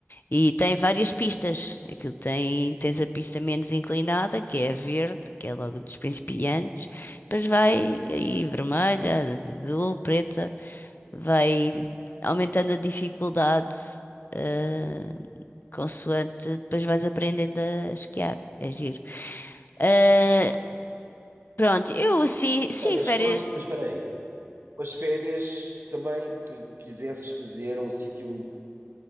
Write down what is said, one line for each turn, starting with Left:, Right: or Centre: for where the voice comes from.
Left: e tem várias pistas. Aquilo tem, tens a pista menos inclinada, que é a verde, que é logo dos principiantes. Depois vai aí vermelha, azul, preta, vai aumentando a dificuldade, eh, consoante, depois vais aprendendo a esquiar. É giro. Ah, Pronto, eu sim, sim,
Right: Não, mas
Left: férias,
Right: pronto, mas espera aí. Umas férias também que quisesses fazer a um sítio